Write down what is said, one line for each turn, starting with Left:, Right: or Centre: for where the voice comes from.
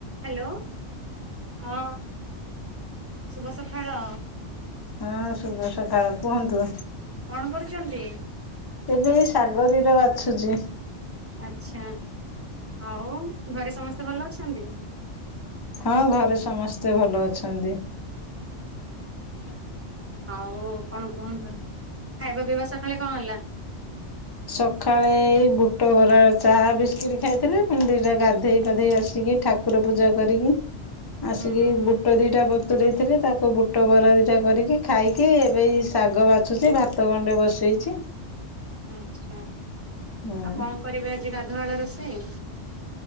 Right: Hello ହଁ। ଶୁଭ ସକାଳ।
Left: ହଁ ଶୁଭ ସକାଳ କୁହନ୍ତୁ।
Right: କଣ କରୁଛନ୍ତି?
Left: ତେବେ ଏଇ ଶାଗ ଦିଟା ବାଛୁଛି।
Right: ଆ୍ଛା ଆଉ ଘରେ ସମସ୍ତେ ଭଲ ଅଛନ୍ତି।
Left: ହଁ ଘରେ ସମସ୍ତେ ଭଲ ଅଛନ୍ତି
Right: ଆଛା। ଆଉ କଣ କୁହନ୍ତୁ ଖାଇବା ପିଇବା ସକାଳେ କଣ ହେଲା?
Left: ସକାଳେ ଏ ବୁଟ ବରା ଚା ବିସ୍କିଟ ଖାଇଥିଲେ ପୁଣି ଦିଟା ଗାଧେଇ ପାଧେଇ ଆସିକି। ଠାକୁର ପୂଜା କରିକି ଆସିକି
Right: ହୁଁ ହୁଁ ହୁଁ
Left: ବୁଟ ଦିଟା ବତୁ ଦେଇଥିଲେ ତାକୁ ବୁଟ ବରା ଦିଟା କରିକି ଖାଇକି ଏବେ ଶାଗ ବାଛୁଛି ଭାତ ଗଣ୍ଡେ ବସେଇଛି
Right: ଆଚ୍ଛା
Left: ହୁଁ।
Right: ଆଉ କଣ କରିବି ଆଜି ଗାଧୁଆଳ ରୋଷେଇ